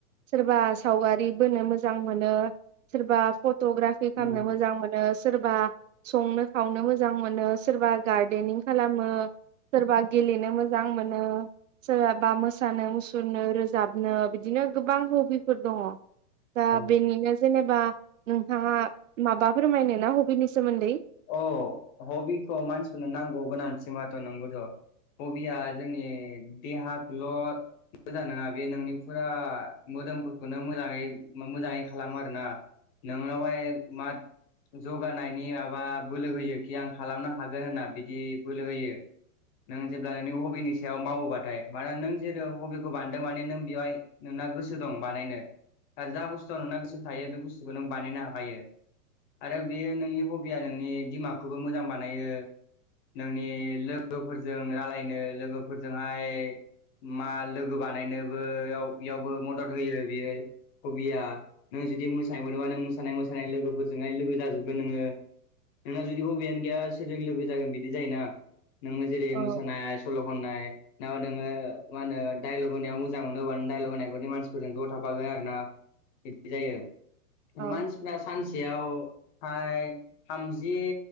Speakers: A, on the right; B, on the left.
A: सोरबा सावगारि बोनो मोजां मोनो सोरबा फ ट'ग्राफि खामनो
B: उम
A: मोजां मोनो। सोरबा संनो खावनो मोजां मोनो, सोरबा गारदेनिं खालामो। सोरबा गेलेनो मोजां मोनो, सोरहाबा मोसानो मुसुरनो रोजाबनो बिदि नो गोबां हबिफोर दङ। दा
B: औ
A: बेनिनो जेनेबा नोंथाङा माबा फोरमायनो ना हबिनि सोमोन्दै?
B: अ हबिखौ मानसिनो नांगौ गोनांथि माथ' नंगौथ' हबिया जोंनि देहाखौल' मोजां नङा बे नोंनि फुरा मोदोमफोरखौनो मोजाङै मोजाङै खालामो आरोना, नोंनावहाय मा जौगानायनि माबा बोलो होयोखि आं खालामनो हागोन होनना बिदि बोलो होयो। नों जेब्ला नोंनि हबिनि सायाव मावोबाथाय मानोना नों जेराव हबिखौ बान्दों माने नों बेवहाय नों ना गोसो दं बानायनो आरो जा बुस्थुआव नोंना गोसो थायो बे बुस्थुखौ नों बानायनो हाखायो। आरो बेयो नोंनि हबिया नोंनि दिमागखौबो मोजां बानायो, नोंनि लोगोफोरजों रालायनो लोगोफोरजोंहाय मा लोगो बानायनोबोयाव यावबो मदद होयो बियो हबिया नों जुदि मोसानाय मोनोबा नों मोसानाय -मोसानाय लोगोफोरजोंहाय लोगो जाजोबगोन नोङो नोंना जुदि हबियानो गैया सोरजों लोगो जागोन बिदि जायोना नोङो जेरै
A: औ
B: मोसानाय सल' खननाय। ना नोङो मा होनो डाइल'ग होनायाव मोजां मोनो हानो डाइल'ग होनायफोरनि मानसिफोरजों ज' थाफागोन आरो ना बिब्दि जायो
A: औ
B: मानसिफ्रा सानसेयाव हाय थामजि